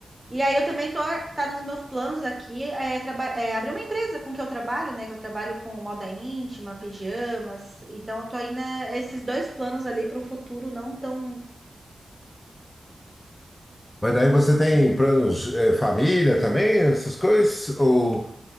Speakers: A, on the right; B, on the left.
A: E aí eu também tô tá nos meus planos aqui é, traba- é abrir uma empresa com que eu trabalho, né? Que eu trabalho com moda íntima, pijamas. Então eu tô aí né, esses dois planos ali para o futuro não tão
B: Mas daí você tem planos, é, família também, essas coisas? Ou,